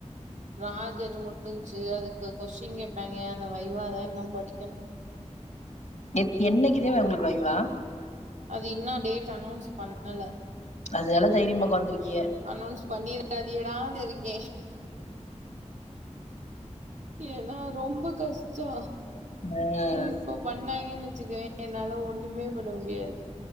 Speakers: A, on the right; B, on the left.
A: ப்ராஜெக்ட் முடிஞ்ச்சு அதுக்கு கொஷ்டின் கேப்பாய்ங்க அந்த வைவாதா இன்னு படிக்கணு
B: எத் என்னிக்கு தே உங்களுக்கு வைவா
A: அது இன்னு டேட் அனௌன்ஸ் பண்ணல
B: அதனால தைரியமா ஒக்காந்துருக்கீய
A: அனௌன்ஸ் பண்ணிராதியடான்னு இருக் க ஏன்னா ரொம்ப கஷ் டோ
B: ஆ
A: இப்போ பண்ணாய்ங்கன் வச்சுக்கய என்னால ஒண்ணுமே பண்ண முடியாது